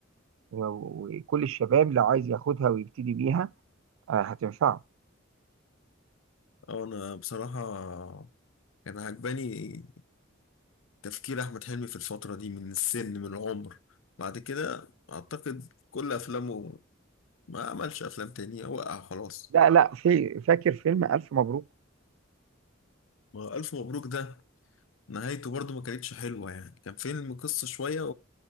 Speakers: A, on the right (about 75°); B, on the left (about 70°).
A: و- وكل الشباب لو عايز ياخدها ويبتدي بيها آه، هتنفعه
B: اه انا بصراحة كان عجباني تفكير احمد حلمي في الفترة دي من السن من العمر بعد كده اعتقد كل افلامه ما عملش افلام تانية وقع خلاص
A: لا لا في فاكر فيلم ألف مبروك
B: ما هو الف مبروك ده نهايته برضو ما كانتش حلوة يعني كان فيلم قصة شوية